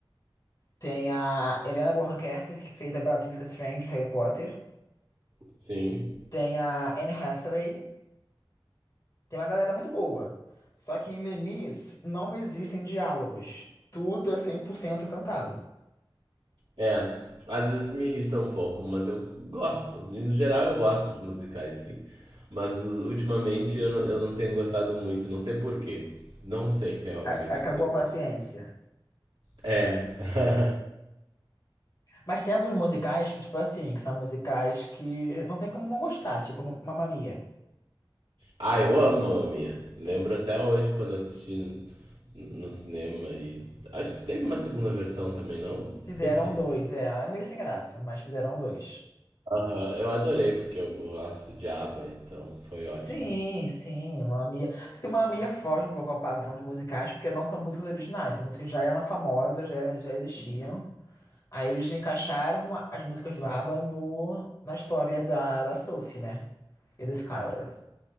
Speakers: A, on the left (about 40°); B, on the right (about 80°).
A: Tem a Helena Bonham Carter, que fez a Bellatrix Lestrange, Harry Potter.
B: Sim.
A: Tem a Anne Hathaway, Tem uma galera muito boa. Só que em Lemis não existem diálogos. Tudo é 100% cantado.
B: É, às vezes me irrita um pouco, mas eu gosto. No geral, eu gosto de musicais, sim. Mas us- ultimamente eu não, eu não tenho gostado muito, não sei por quê. Não sei realmente
A: A- acabou
B: dizer
A: a
B: por
A: paciência.
B: quê. É. <laughs>
A: Mas tem alguns musicais que, tipo assim, que são musicais que não tem como não gostar, tipo Ma- Mamma Mia.
B: Ah, eu amo Mamma Mia. Lembro até hoje quando assisti no no cinema e acho que teve uma segunda versão também, não?
A: Fizeram
B: Esqueci.
A: dois, é, é meio sem graça, mas fizeram dois.
B: Aham, eu adorei porque eu gosto de ABBA, então foi
A: Sim,
B: ótimo.
A: sim, Mamma Mia. Só que Mamma Mia foge um pouco ao padrão de musicais, porque não são músicas originais, são músicas que já eram famosas, já, eram, já existiam. Aí eles encaixaram as músicas do ABBA no, na história da, da Sophie, né? E do Skylar.